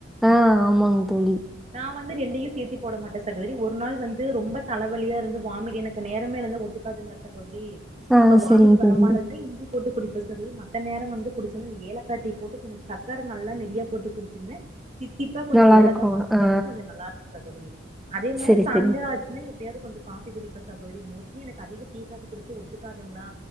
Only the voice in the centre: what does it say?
ஆ ஆமாங் தோழி
ஆ
செரிங் தோழி
நல்லா
இருக்கு
ஆ
செரி
செரி